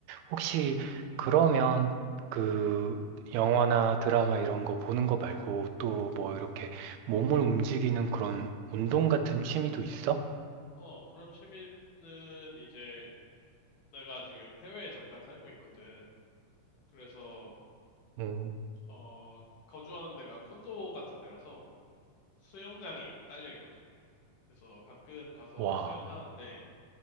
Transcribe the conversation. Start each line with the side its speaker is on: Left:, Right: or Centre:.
Right: 혹시 그러면 그 영화나 드라마 이런 거 보는 거 말고 또 뭐 이렇게 몸을 움직이는 그런 운동 같은 취미도 있어?
Left: 어, 그런 취미는 이제 내가 지금 해외에 잠깐 살고 있거든. 그래서,
Right: 음.
Left: 어, 거주하는 데가 콘도 같은 데라서 수영장이 딸려 있거든. 그래서 가끔 가서
Right: 와,
Left: 수영하는데,